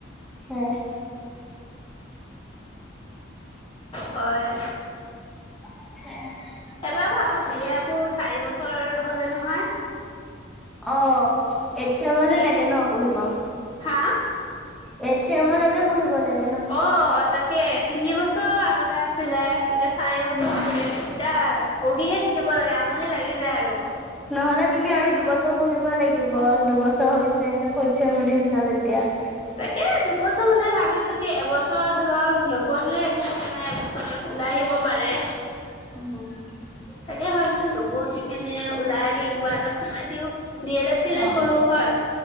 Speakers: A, in the centre; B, on the left (about 25°).
A: অ।
B: হয়।
A: <unintelligible>
B: এবাৰ আকৌ আমাৰ বিয়াকো, চাৰি বছৰ হ'লে নহয়।
A: অ', এইট ছেমলে
B: তাকে
A: লাগে ন পঢ়িব।
B: হা
A: এইট ছেমলৈকে পঢ়িব লাগ
B: অ', অ, তাকে। তিনি বছৰ আগতে আছিলে। এতিয়া চাৰি বছৰ
A: উম।
B: <inaudible> দিগদাৰ। পঢ়িয়ে থাকিব লাগে আমনি লাগি যায় আৰু।
A: নহ'লে তুমি আৰু দুবছৰ পঢ়িব লাগিব, দুবছৰ হৈছে হে, ফৰ্থ ছেম উঠিছা যেতিয়া।
B: তাকে দুবছৰ মানে ভাবিছো কি এবছৰ ধৰি লক নপঢ়িলে একো কথা নাই এবছৰ ওলাই আহিব পাৰে।
A: <inaudible>
B: তাকে ভাবিছো নপঢ়ি তেনে ওলাই আহি কিবা এটাত সোমাই দিওঁ। D L Ed, C L Ed
A: অ'।
B: কৰো, হয়।